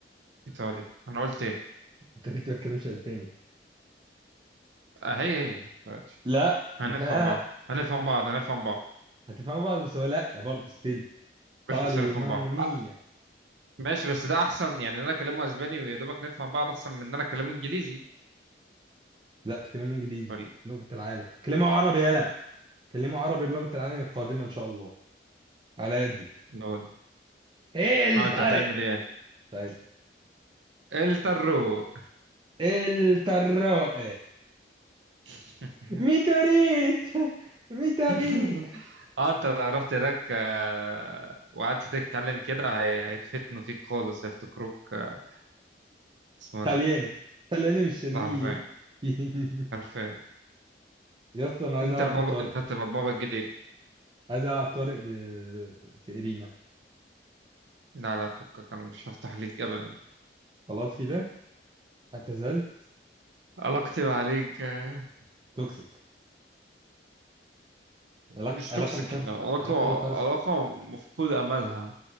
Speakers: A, on the right; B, on the right.
A: ايطالي انا قلت ايه
B: أنت ليه ما بتتكلمش أسباني
A: آه هي هي دلوقتي
B: لا
A: هنفهم
B: لا
A: بعض هنفهم بعض هنفهم بعض
B: هتفهموا بعض بس هو لا برضه ستيل
A: ماشي
B: إيطالي
A: بس هنفهم
B: ماما
A: بعض
B: مية
A: آه. ماشي بس ده احسن يعني إن انا اكلمه اسباني ويا دوبك نفهم بعض احسن من ان انا اكلمه انجليزي
B: لا تكلموا انجليزي
A: ولا
B: لغة العالم كلموا عربي يلا كلموا عربي لغة العالم القادمة ان شاء الله على يدي
A: نقول
B: ايه الطارق
A: اه انت هتعمل ايه
B: طيب
A: الترو
B: الطراق
A: <laughs>
B: ميتوريت ميتوري
A: <laughs> اه انت لو رحت هناك آه، وقعدت تتكلم كده هي- هيتفتنوا فيك خالص هيفتكروك آه،
B: <laughs>
A: اسمه
B: طلياني
A: ده
B: طلياني مش شرقية
A: ده حرفيا
B: <laughs>
A: حرفيا
B: يا اسطى انا عايز
A: انت
B: العب
A: البابا
B: بطارق
A: انت هتبقى البابا الجديد
B: عايز العب طارق ب... في ارينا
A: لا لا فكك انا مش هفتح ليك ابدا
B: خلاص كده اعتزال
A: علاقتي معاك آه،
B: توكسيك علاقة
A: مش
B: علاقة
A: توكسيك
B: مطرف
A: يعني علاقة
B: علاقة مطرف
A: علاقة مفقود املها